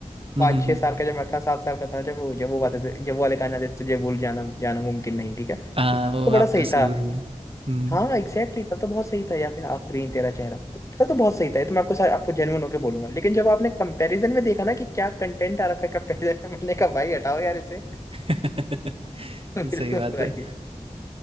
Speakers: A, on the right; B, on the left.
A: हम्म
B: पाँच
A: हम्म,
B: छह
A: हम्म,
B: साल का जब मैं था सात साल का था जब वो जब वो गाते थे जब वो वाले गाने आते थे तुझे भूल जाना जाना मुमकिन नहीं ठीक है तो,
A: हाँ
B: तो
A: वो
B: बड़ा
A: आपका
B: सही
A: सुर
B: था
A: बने हम्म,
B: हाँ एग्जैक्टली exactly, तब तो बहुत सही था या फिर आफरीन तेरा चेहरा तो, तब तो बहुत सही था ये तो मैं आपको सारे आपको जेन्युइन होकर बोलूंगा लेकिन जब आपने कंपैरिजन में देखा ना कि क्या कंटेंट आ रखा है कंपैरिजन तो मैंने कहा भाई हटाओ यार इसे
A: <laughs>
B: <laughs> बिल्कुल
A: सही बात
B: भाई
A: है